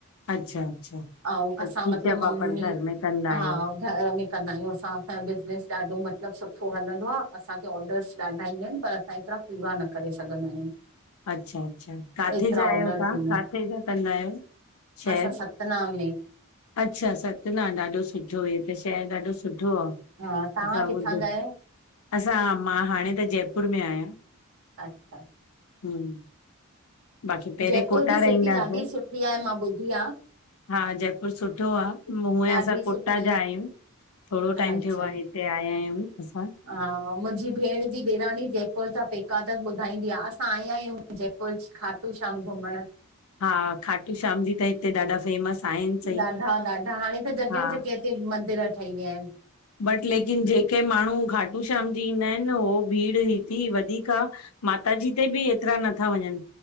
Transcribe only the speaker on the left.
अच्छा अच्छा,
त
खीचा
पापड़
घर में कंदा आहियो
अच्छा अच्छा, काथे
जा आहियो
तव्हां?
काथे
जा कंदा आहियो? शहर
अच्छा सतना ॾाढो सुठो शहर। शहर ॾाढो सुठो आहे।
असां
ॿुधो।
असां मां हाणे त जयपुर में आहियां।
हम्म, बाकी पहिरें
कोटा
रहिंदासे।
हा जयपुर सुठो आहे। हुएं
असां
कोटा जा आहियूं। थोरो
टाइम थियो आहे हिते आया आहियूं असां।
हा खाटू श्याम जी त हिते ॾाढा फेमस आहिनि सही
हा
बट लेकिन जेके माण्हू घाटू श्याम जी ईंदा आहिनि। उहो भीड़ हेतिरी वधीक आहे माता जी ते बि एतिरा नथा वञनि